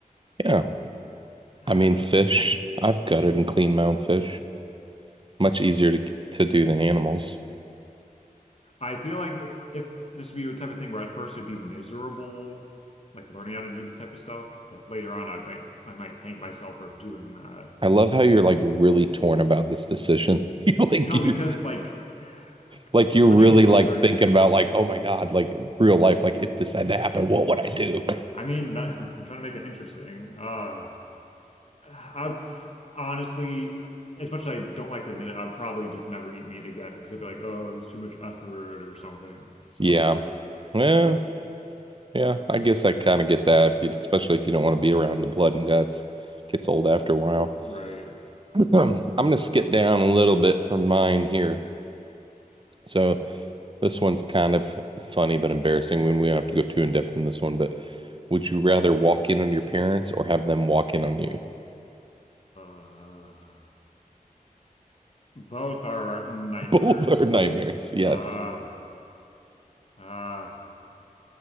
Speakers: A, on the right; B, on the left.
A: Yeah.
B: Um, <sighs>
A: I mean, fish. I've gutted and cleaned my own fish. Much easier to to do than animals.
B: I feel like if this would be a type of thing where at first it'd be miserable, like learning how to do this type of stuff, but later on I might I might thank myself for doing that.
A: I love how you're like really torn about this decision. <laughs> you like
B: No, because
A: you're
B: like, <sighs> like
A: like
B: bu-
A: you're
B: hunting
A: really
B: and butchering.
A: like thinking about like, oh my God, like real life, like if this had to happen, what would I do?
B: I mean, that, <laughs> I'm trying to make it interesting. Uh, I'd pr- honestly, as much as I don't like to admit it, I'd probably just never eat meat again because I'd be like, oh, it's too much effort or something. So,
A: Yeah. Yeah. Yeah. I guess I kind of get that if you especially if you don't want to be around the blood and guts. Gets old after a while.
B: right.
A: <clears throat> I'm gonna skip down a little bit from mine here. So This one's kind of funny but embarrassing when we don't have to go too in depth in this one, but would you rather walk in on your parents or have them walk in on you?
B: <sighs> Uh, Both are nightmares.
A: <laughs> Both are nightmares. Yes.
B: Uh, uh,